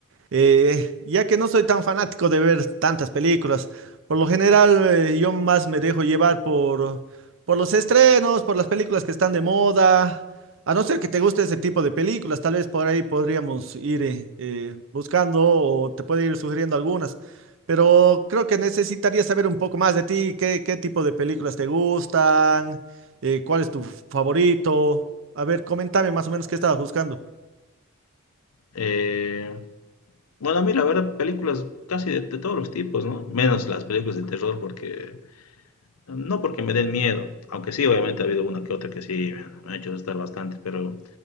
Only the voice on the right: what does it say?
eh, ya que no soy tan fanático de ver tantas películas, por lo general eh, yo más me dejo llevar por, por los estrenos, por las películas que están de moda, a no ser que te guste ese tipo de películas, tal vez por ahí podríamos ir eh, eh, buscando o te puedo ir sugiriendo algunas, pero creo que necesitaría saber un poco más de ti, qué, qué tipo de películas te gustan, eh, cuál es tu favorito, a ver, coméntame más o menos qué estabas buscando.